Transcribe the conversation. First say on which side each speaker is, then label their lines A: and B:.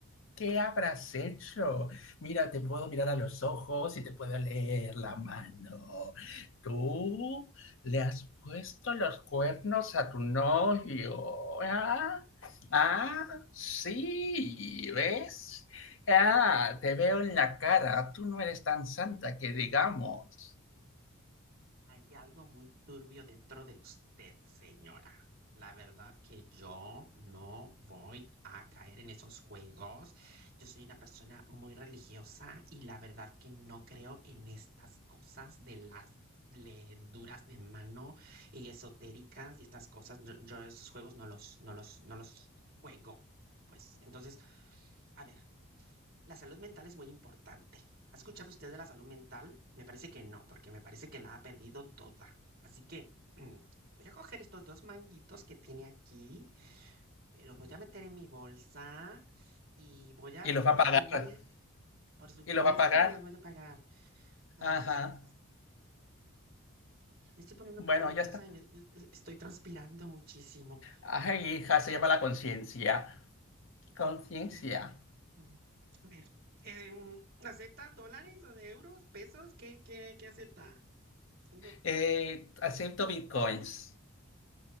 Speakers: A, on the left (about 65°); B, on the right (about 45°).
A: ¿Qué habrás hecho? Mira, te puedo mirar a los ojos y te puedo leer la mano. Tú le has puesto los cuernos a tu novio. ¿Ah? Ah, sí, ¿ves? Ah, te veo en la cara. Tú no eres tan santa que digamos.
B: Hay algo muy turbio dentro de usted, señora. La verdad que yo no voy a caer en esos juegos. Yo soy una persona muy religiosa y la verdad que no creo en estas cosas de las duras de mano y esotéricas y estas cosas. Yo, yo esos juegos no los, no los, no los juego. Pues entonces, a ver. La salud mental es muy importante. ¿Ha escuchado usted de la salud mental? Me parece que no, porque me parece que la ha perdido toda. Así que <clears throat> voy a coger estos dos manguitos que tiene aquí, eh, los voy a meter en mi bolsa y voy a
A: Y
B: dirigirme.
A: los va a pagar.
B: Por supuesto
A: Y los va a pagar.
B: que los voy a pagar. Ay,
A: Ajá.
B: est- mira, me estoy poniendo
A: Bueno,
B: un poco nerviosa
A: ya está.
B: y me, e- e, estoy transpirando muchísimo.
A: Ay, hija, se llama la conciencia. Conciencia.
B: Mm, mm, A ver, eh, ¿aceptas dólares, o euros, pesos? ¿Qué, qué, qué acepta? Tengo,
A: Eh, acepto bitcoins,